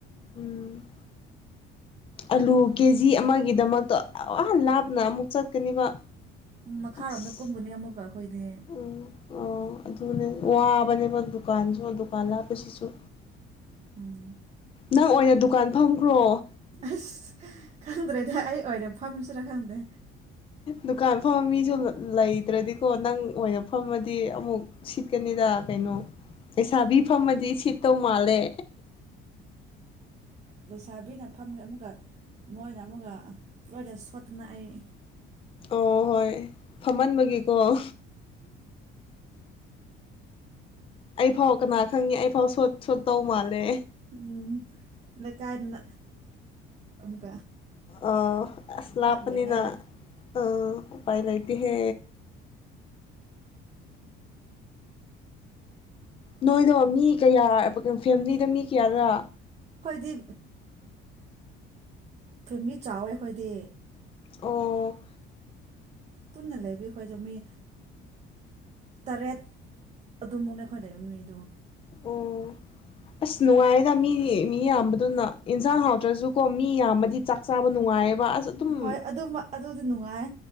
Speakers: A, on the left; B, on the right.
A: ꯎꯝ ꯑꯂꯨ ꯀꯦ ꯖꯤ ꯑꯃꯒꯤꯗꯃꯛꯇꯣ ꯋꯥꯍꯟ ꯂꯥꯞꯅ ꯑꯃꯨꯛ ꯆꯠꯀꯅꯤꯕ
B: ꯃꯈꯥꯔꯣꯝꯗ
A: ꯑꯁ
B: ꯀꯨꯝꯒꯅꯤ ꯑꯃꯨꯛꯀ <unintelligible>
A: ꯎꯝ ꯑ ꯑꯗꯨꯅꯦ ꯋꯥꯕꯅꯦꯕ ꯗꯨꯀꯥꯟꯁꯨ ꯗꯨꯀꯥꯟ ꯂꯥꯛꯞꯄꯁꯤꯁꯨ
B: ꯎꯝ
A: ꯅꯪ ꯑꯣꯏꯅ ꯗꯨꯀꯥꯟ ꯐꯝꯈ꯭ꯔꯣ
B: ꯑꯁ ꯈꯪꯗ꯭ꯔꯦꯗꯤ ꯑꯩ ꯑꯣꯏꯗ ꯐꯝꯁꯤꯔꯥ ꯈꯪꯗꯦ
A: ꯗꯨꯀꯥꯟ ꯐꯝꯕ ꯃꯤꯁꯨ ꯂꯩꯇ꯭ꯔꯗꯤꯀꯣ ꯅꯪ ꯑꯣꯏꯅ ꯐꯝꯃꯗꯤ ꯑꯃꯨꯛ ꯁꯤꯠꯀꯅꯤꯗ ꯀꯩꯅꯣ ꯂꯩꯁꯥꯕꯤ ꯐꯝꯖꯤ ꯇꯧ ꯃꯥꯂꯦ
B: ꯂꯩꯁꯥꯕꯤꯅ ꯐꯝꯒ ꯑꯃꯒ ꯃꯣꯏꯅ ꯑꯃꯨꯛꯀ ꯂꯣꯏꯗ ꯁꯣꯠꯇꯅ ꯑꯩ
A: ꯑꯣ ꯍꯣꯏ ꯐꯝꯍꯟꯕꯒꯤ ꯑꯣ ꯑꯩ ꯐꯥꯎ ꯀꯅꯥ ꯈꯪꯉꯦ ꯑꯩ ꯐꯥꯎ ꯁꯣꯠ ꯁꯣꯠꯇꯧ ꯃꯥꯜꯂꯦ
B: ꯎꯝ ꯂꯩ ꯀꯅ <unintelligible>
A: ꯑ ꯑꯁꯂꯄꯅꯤꯅ
B: ꯂꯩꯅꯔꯦ
A: ꯑ ꯄꯥꯏ ꯂꯩꯥꯏꯇ ꯍꯦ ꯅꯣꯏꯗꯣ ꯃꯤ ꯀꯌꯥ ꯐꯦꯃꯤꯂꯤꯗ ꯃꯤ ꯀꯌꯥꯔꯥ
B: ꯑꯩꯈꯣꯏꯗꯤ ꯐꯦꯂꯤ ꯆꯥꯎꯋꯦ ꯑꯩꯈꯣꯏꯗꯤ
A: ꯑꯣ
B: ꯄꯨꯟꯅ ꯂꯩꯕꯤ ꯑꯩꯈꯣꯏꯗꯣ ꯃꯤ ꯇꯔꯦꯠ ꯑꯗꯨꯃꯨꯛꯅꯦ ꯑꯩꯈꯣꯏ ꯂꯩꯕ ꯃꯤꯗꯣ
A: ꯑꯣ ꯑꯁ ꯅꯨꯡꯉꯥꯏꯗ ꯃꯤ ꯃꯤ ꯌꯥꯝꯕꯗꯨꯅ ꯏꯟꯖꯥꯡ ꯍꯥꯎꯗ꯭ꯔꯁꯨꯀꯣ ꯃꯤ ꯌꯥꯝꯕꯗꯤ ꯆꯥꯛ ꯆꯥꯕ ꯅꯨꯡꯉꯥꯏꯌꯦꯕ ꯋꯥ ꯑꯁ ꯑꯗꯨꯨꯝ
B: ꯍꯣꯏ ꯑꯗꯨ ꯑꯗꯨꯗꯤ ꯅꯨꯡꯉꯥꯏ